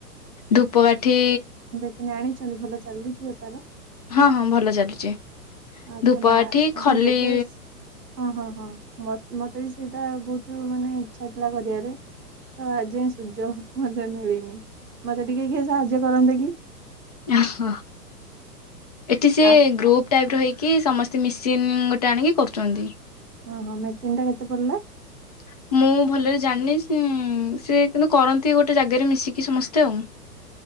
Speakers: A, on the left; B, on the right.
A: ଧୂପକାଠି
B: ସେ ଜାଣିଛନ୍ତି ଭଲ ଚାଲୁଛି ବେପାର।
A: ହଁ, ହଁ ଭଲ ଚାଲୁଛି
B: ଆଚ୍ଛା
A: ଧୂପ
B: ମା
A: କାଠି
B: ଏବେ
A: ଖଲି
B: ଯେତେ ହଁ, ହଁ, ହଁ ମତେ ବି ସେଇଟା ବହୁତ ମାନେ ଇଛା ଥିଲା କରିବାରେ। ତ ଆକି ସୁଯୋଗ ମତେ ମିଳିନି ମତେ ଟିକେ କିଏ ସାହାଯ୍ୟ କରନ୍ତେ କି।
A: ଓହୋ ଏଠି ସେ
B: ଆ
A: ଗଗ୍ରପୁ ଟାଇପ୍ ର ହେଇକି ସମସ୍ତେ ମିେସିନ୍ ଗୋଟେ ଆଣିକି କରୁଛନ୍ତି।
B: ହଁ ହଁ ମେସିନ୍ ଟା କେତେ ପଡ଼ିଲା?
A: <inaudible> ମୁଁ ଭଲରେ ଜାଣିନି ସେ ସେ କିନ୍ତୁ କରନ୍ତି ଗୋଟେ ଜାଗାରେ ମିଶିକି ସମସ୍ତେ ଆଉ।